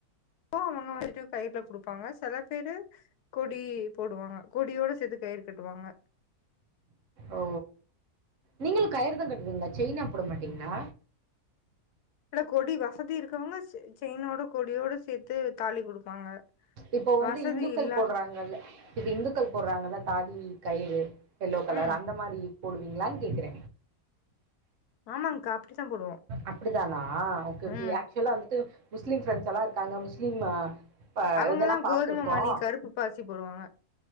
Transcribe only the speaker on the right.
ஓ நீங்களு கயிறுதா கட்டுவீங்ளா செயினா போட மாட்டீங்ளா
இப்போ வந்து
இந்துக்கள்
போட்றாங்கல்ல இப்ப இந்துக்கள் போட்றாங்கலல தாலி கயிறு எல்லோ கலர்
அந்த மாரி போடுவீங்ளானு கேக்குற
அப்டிதானா ஓகே ஓகே
ஆக்சுலா வந்துட்டு முஸ்லீம் ஃப்ரெண்ட்ஸ் எல்லா இருக்காங்க முஸ்லிம் அ இப்ப
இதெல்லா பாத்திருக்கோ